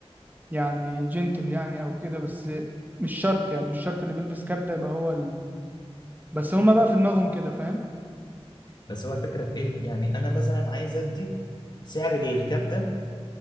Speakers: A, on the right; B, on the left.
A: يعني جنتل يعني او كده بس مش شرط يعني مش شرط اللي بيلبس كاب ده يبقى هو بس هما بقى في دماغهم كده فاهم
B: بس هو الفكرة في ايه يعني انا مثلا عايز ادي سعر للكاب ده